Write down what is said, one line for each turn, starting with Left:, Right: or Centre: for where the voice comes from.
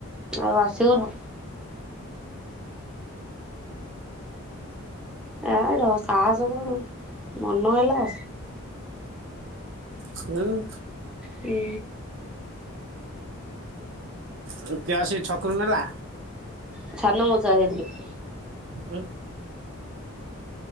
Centre: ଆଉ ଆସିଗଲୁ। ଅ ଡ ସାହାସ କଣ ମନ ହେଲା
Right: ହୁଁ।
Centre: ହୁଁ।
Right: ଦୁତିଆ ଆସିକି ଛକରୁ ନେଲା।
Centre: <unintelligible>
Right: ହଁ।